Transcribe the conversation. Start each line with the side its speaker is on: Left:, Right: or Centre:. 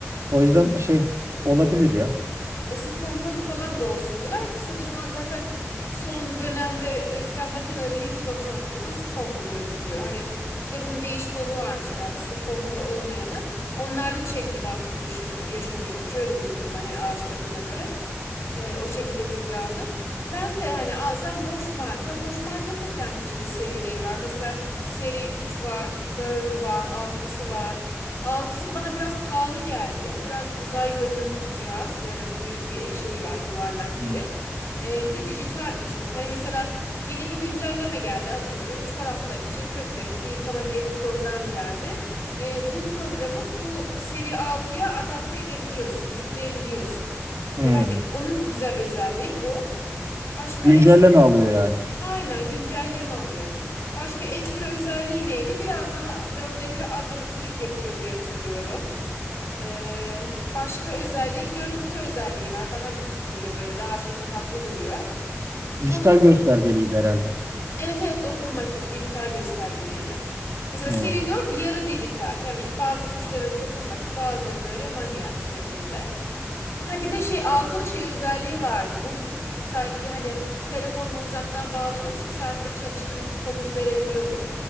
Right: O yüzden
Left: Isıp
Right: şey olabilir ya.
Left: ısı pompalı falan da olsun diyorlar. Artık sanırım zaten son dönemde üretilen makinelerin %99'u ısı pompalı üretiliyor. Hani bir de bunun değişik olanı varmış herhalde ısı pompalı olmayanı. onlar da çekme daha çok yaşıyor, yaşanıyormuş. Öyle duydum ben yani araştırdığıma göre. Ee, o şekilde bilgi aldım. Ben de hani alsam boş marka. Boş markanın da kendi içinde serileri var. Mesela seri 3 var, dördü var, altısı var. Altısı bana biraz pahalı geldi. Biraz uzay görünümlü bir cihaz. Böyle büyük bir şey var, yuvarlak yeri.
Right: Hmm.
Left: Ee, bir de dijitalmiş o. Hani mesela yeni bir güncelleme geldi atıyorum. Çoraplar için 40 derecede yıkama diye bir program geldi. Ee, bu programı bu seri altıya adapte edebiliyorsun, yükleyebiliyorsun.
Right: Hmm.
Left: Yani onun güzel özelliği bu. Başka
Right: Güncelleme
Left: eks
Right: alıyor yani.
Left: aynen güncelleme alıyor. Başka ekstra özelliği neydi? Biraz daha dörde göre az elektrik yakıyor diye hatırlıyorum. Ee, başka özelliği görüntü özelliği var. Daha lüks duruyor böyle daha şatafatlı duruyor.
Right: Dijital
Left: Onun
Right: göstergeliydi herhalde.
Left: evet evet dokunmatik dijital göstergeliydi. Mesela
Right: Hmm.
Left: seri 4 yarı dijital. Yani bazı tuşları dokunmatik bazıları böyle manuel şeklinde. Ha bir de şey altının şey özelliği vardı. Bluetooth'lu sanki hani telefonla uzaktan bağlanıp şu saatte çalıştır komutu verebiliyordum